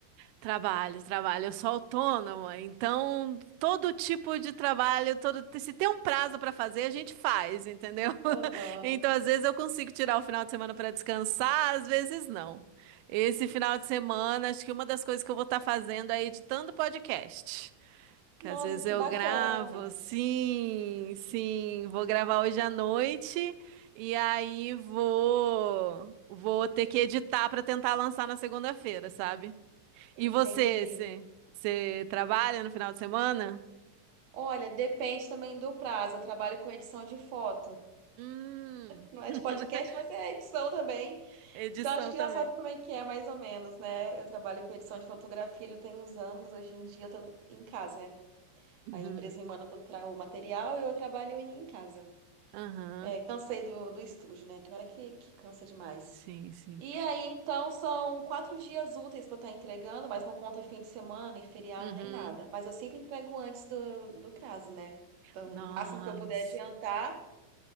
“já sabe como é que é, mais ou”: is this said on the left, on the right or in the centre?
Right